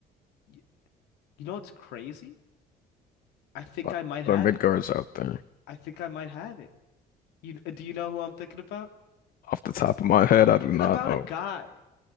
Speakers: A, on the left; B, on the left.
A: Y- You know what's crazy? I think
B: A lot
A: I might have
B: of mid
A: it.
B: guards out there.
A: I think I might have it. You do you know who I'm thinking about?
B: Off the top of my head,
A: I'm
B: I
A: thinking
B: do not
A: about
B: know.
A: a guy.